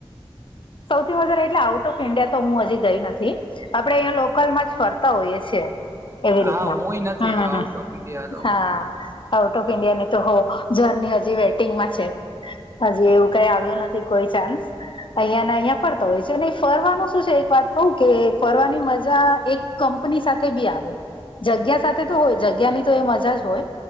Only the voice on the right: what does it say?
હા
હું નથી
ગયો આઉટ ઓફ ઇન્ડિયા તો